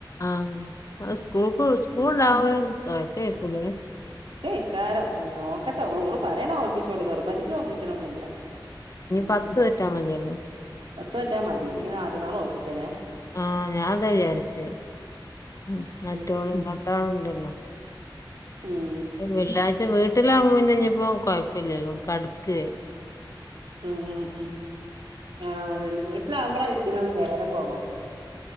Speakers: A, on the left; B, on the right.
A: ആഹ സ്കൂൾ സ്കൂൾണ്ടാവ കോയക്കേകുലെ
B: ക്കാരം നോക്കട്ടെ അവഓള് ഓള് പറയണ നോൽപിച്ചോളൂ നിർബന്ധിച്ച് നോൽപ്പിച്ചനൊന്നുല്ല ഉ
A: പത്തു നോറ്റ് മതിയല്ലോ
B: പത്ത് നോറ്റ് മതിയല്ലങ്ക മറ്റന്നാൾ നോൽപ്പിച്ചല്ലേ
A: ആഹ ഞാൻതാ വിചാരിച്ചേ ഉ മറ്റോളും
B: ഉം
A: രണ്ടാൾ ഉണ്ടല്ലോ
B: ഉം
A: വെള്ളിയാഴ്ച വീട്ടിലാവകുമ്പോ പിന്നെ ഇഞ്ഞപ്പോ കൊഴപ്പില്ലല്ലോ കടുക്ക
B: ഉം ഉം ഉം ആ അതന്നെ വീട്ടിലാവുമ്പോളാ ഇതിന നേരം പോവാത്ത